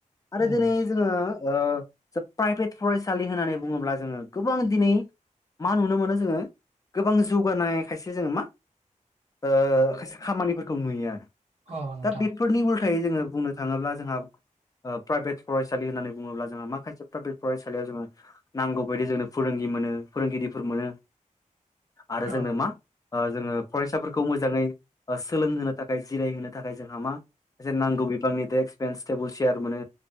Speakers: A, on the left; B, on the right.
A: आरो
B: उम
A: दिनै जोङो ओ जा प्राइभेट फरायसालि होननानै बुङोब्ला जोङो गोबां दिनै मा नुनो मोनो जोङो गोबां जौगानाय खायसे जोङो मा ओ खायसे खामानिफोरखौ नुयो आरो
B: औ नोंथां
A: दा बेफोरनि उल्थायै जोङो बुंनो थाङोब्ला जोंहा ओ प्राइभेट फरायसालि होननानै बुङोब्ला जोंहा माखासे प्राइभेट फरायसालियाव जोङो नांगौबायदि जोंनो फोरोंगिरि मोनो फोरोंगिरिफोर मोनो आरो
B: औ
A: जोंनो मा ओ जोङो फरायसाफोरखौ मोजाङै ओ सोलोंहोनो थाखाय जिरायहोनो थाखाय जोंहा मा खायसे नांगौ बिबांनि डेक्स बेन्स टेबोल चेयार मोनो